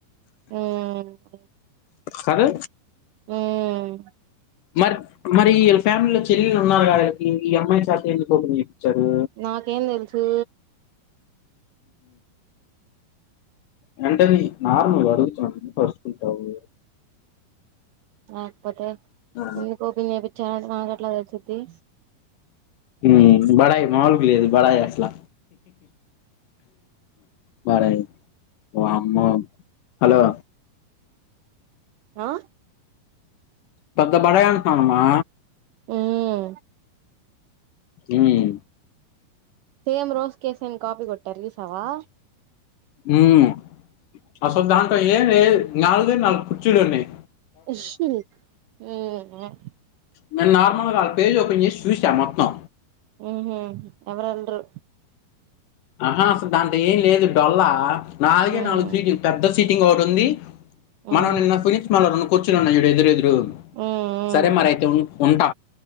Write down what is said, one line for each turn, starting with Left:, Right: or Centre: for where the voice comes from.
Right: ఉమ్ ఉమ్
Left: కాదు
Right: అమ్
Left: మరి మరి ఇళ్ళ ఫ్యామిలీలో చెల్లెలు ఉన్నారు కాదా దీనికి ఈ అమ్మాయి చేత ఎందుకు వోపెన్ చేపించారు
Right: నాకేం తెలుసు
Left: వెంటని నార్మల్ గా అడుగుతున్నాను ఎందుకు అరుచుకుంటావు
Right: లేకపోతే
Left: ఆ
Right: ఎందుకు వోపెన్ చెప్పించారు నాకు ఎట్లా తెలిసిది
Left: ఉమ్ బడయి మాముల్ కి బడయి అసలా బడయి వాఅమ్మే హలో
Right: ఆ
Left: పద్ద బడయా అంటునా మా
Right: ఉమ్
Left: ఉమ్
Right: సేమ్ రోస్ కేసేన్ కాపీ కొట్టర చుసవా
Left: ఉమ్ అస దాంట ఎమి నలుగే నాలుగు కుచులు ఉనాయి
Right: ఉహుమ్ ఉమ్
Left: నేను నార్మల్గా వాళ్ళ పేజ్ ఓపెన్ చేసి చూసా మొత్తం
Right: ఉహుమ్ ఎవరల్రు
Left: ఆహా అసలు దాంట ఏం లేదు డొల్లా నాలుగే
Right: ఉమ్
Left: నాలుగు సీట్ పెద్ద సీట్ టింగ్ ఒకాటి ఉంది
Right: ఉమ్
Left: మనవని సునిష్ మ కొచ్చున్న ఎదురుదు రు
Right: ఉమ్
Left: సరే మరియితే
Right: ఉమ్
Left: ఉంటా